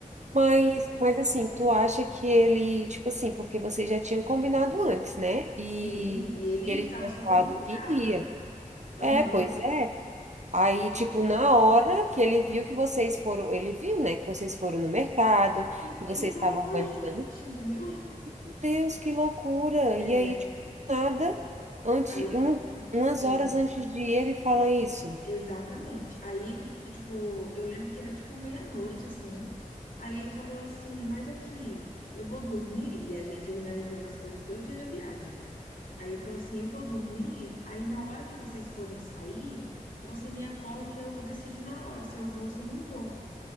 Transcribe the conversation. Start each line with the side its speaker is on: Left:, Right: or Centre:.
Right: mas, mas assim, tu acha que ele, tipo assim, porque vocês já tinham combinado antes, né? E
Left: Sim, e ele
Right: ele
Left: estava
Right: tinha
Left: super
Right: falado
Left: empolgado.
Right: que ia.
Left: Aham.
Right: É, pois é. Aí,
Left: E
Right: tipo, na hora que ele viu que vocês foram, ele viu, né, que vocês foram no mercado,
Left: e
Right: que
Left: ele
Right: vocês
Left: estava
Right: estavam
Left: com
Right: organizando.
Left: a gente, entendeu? <laughs>
Right: Meu Deus, que loucura!
Left: É,
Right: E aí, tipo, nada, antes,
Left: aí,
Right: um-
Left: do-
Right: umas
Left: é,
Right: horas antes de ir, ele fala isso.
Left: exatamente. Aí ele, f- tipo, eu lembro que era tipo meia-noite, assim. Aí ele falou assim, mas aqui, eu vou dormir, e a gente organizando as coisas todo dia da viagem, né? Aí ele falou assim, eu vou dormir, aí na hora que vocês forem sair, você me acorda que aí eu vou decidir na hora se eu vou, se eu não vou.